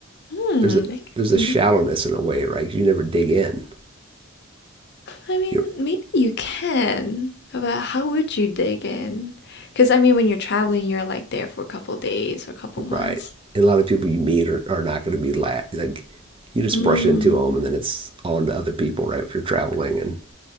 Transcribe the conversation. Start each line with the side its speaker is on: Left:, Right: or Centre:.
Left: Hmm,
Right: There's a
Left: it
Right: there's
Left: could
Right: a
Left: be.
Right: shallowness in a way, right? 'Cause you never dig in,
Left: I mean,
Right: you're
Left: maybe you can, but how would you dig in? Because I mean, when you're traveling, you're like there for a couple days or a couple months.
Right: right. And a lot of people you meet are, are not going to be la- like you just
Left: Mm.
Right: brush into them, and then it's on to other people, right? If you're traveling, and